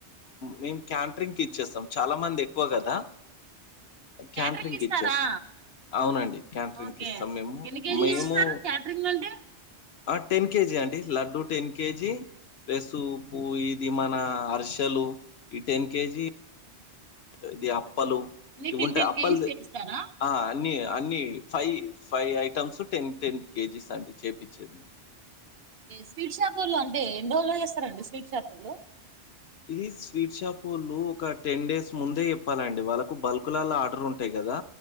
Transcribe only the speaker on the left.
మేము క్యాంట్రింగ్ ఇచ్చేస్తాం చాల మంది ఎక్కువ కదా
క్యాంట్రింగ్క్
ఇచ్చేస్ అవునండి క్యాంటరింగ్కి
ఇస్తాం మేము
మేము
ఆ టెన్ కేజీ అండి లడ్డు టెన్ కేజీ ప్లస్ <unintelligible> ఇది మన అరిసెలు ఈ టెన్ కేజీ ఇది అప్పలు
ఇవి
ఉంటాయి
అప్పలు
ఆ అన్ని అన్ని five five items ten ten KGs అండి చేపిచేది
ఇది స్వీట్ షాపోలు ఒక టెన్ డేస్ ముందే చెప్పాలండి వాళ్ళకు బల్క్ లో ఆర్డర్ ఉంటాయి కదా కదా